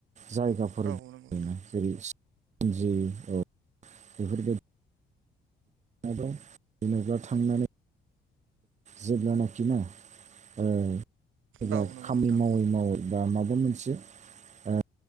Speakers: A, on the right (about 35°); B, on the right (about 80°).
A: जायगाफोर
B: औ
A: दं
B: नंगौ नोंथां
A: ना जेरै सिरापुजि बेफोरबायदि आरोबाव जेनेबा थांनानै जेब्लानाखि ना ओ जेब्ला
B: औ नंगौ
A: खामानि
B: नोंथां
A: मावै मावै बा माबा मोनसे ओ